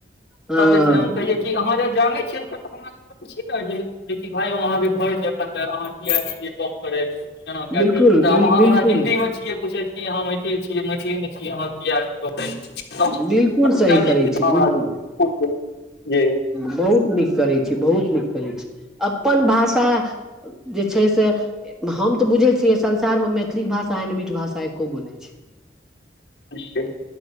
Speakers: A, in the centre; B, on the left.
A: हँ
B: तब जे छै हम कहिै कि अहाँ जब जानै छियै <unintelligible> की कहलियै भैय अहाँकेँ घर जाय पर तै है अहाँ किया नै ऐलै <unintelligible>
A: बिलकुल
B: तब
A: बिल
B: आहाँ
A: बिलकुल
B: हम हिन्दी में छियै पुछैत की आहाँ मैथिल छियै मैथिली में <unintelligible>
A: बिलकुल सही करै छी बिलकुल बहुत नीक करै छी बहुत नीक करै छी अपन भाषा जे छै से हम तऽ बुझै छियै संसारमे मैथिली भाषा एंड मीठ भाषा एको गो नै छै
B: <unintelligible>